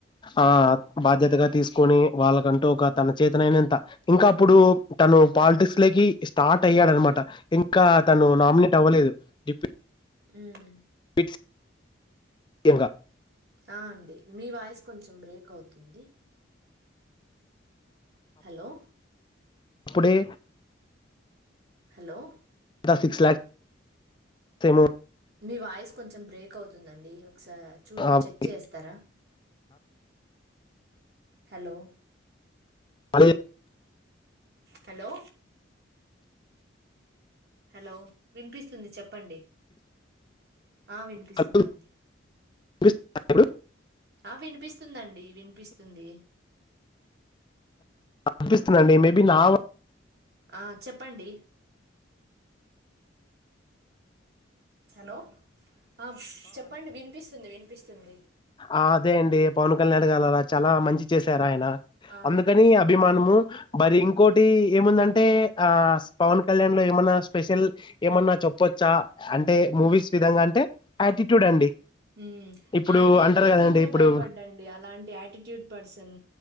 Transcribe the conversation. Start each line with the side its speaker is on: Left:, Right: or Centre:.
Left: ఆ బాధ్యతగా తీసుకొని వాళ్ళకంటూ ఒక తన చేతనైనంత ఇంకా అప్పుడు తను పాలిటిక్స్ లోకి స్టార్ట్ అయ్యాడనమాట ఇంకా తను నామినేట్ అవ్వలేదు డిప్
Right: ఉమ్
Left: ఫిట్స్ ఏంగా
Right: ఆ! అండి. మీ వాయిస్ కొంచెం బ్రేక్ అవుతుంది హలో
Left: అప్పుడే
Right: హలో
Left: దా సిక్స్ ల్యాక్స్ ఏమో
Right: మీ వాయిస్ కొంచెం బ్రేక్ అవుతుందండి ఒకసార్
Left: ఏమో
Right: చూ చెక్ చేస్తారా హలో
Left: అడ్
Right: హలో హలో వినిపిస్తుంది చెప్పండి ఆ వినిపిస్తుందండి
Left: హలో వినిపిస్తుందా ఇప్పుడు
Right: ఆ వినిపిస్తుందండి వినిపిస్తుంది
Left: వినిపిస్తుదండి మేబీ నా వా
Right: ఆ చెప్పండి హలో ఆ చెప్పండి వినిపిస్తుంది వినిపిస్తుంది
Left: అ ఆదేండి పవన్ కళ్యాణ్ గా లా చాలా మంచి చేశారాయన
Right: ఆ
Left: అందుకని అభిమానము మరి ఇం ంకోటి ఏముందంటే ఆ స్ పవన్ కళ్యాణ్ లో ఏమన్నా స్పెషల్ ఏమన్నా చెప్పొచ్చా అంటే మూవీస్ విధంగా అంటే ఆటిట్యూడ్ అండి
Right: హు మ్మ్
Left: ఇప్పుడు
Right: ఆయన
Left: అంటారు
Right: ఎవ్వర్
Left: కదండి
Right: కి కుడా
Left: ఇప్పుడు
Right: భయపడడండి అలాంటి ఆట్యూడ్ పర్సన్